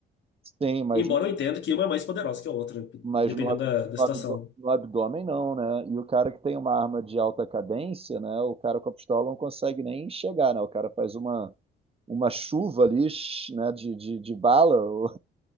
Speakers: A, on the right; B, on the left.
A: Sim, mas,
B: Embora
A: no-
B: eu entenda que uma é mais poderosa que a outra,
A: mas
B: dependendo
A: no, ab-
B: da, da
A: no
B: situação.
A: abdo- no abdômen não, né? E o cara que tem uma arma de alta cadência, né? O cara com a pistola não consegue nem chegar, né? O cara faz uma, uma chuva ali, sh- né? De, de, de bala, <laughs> o-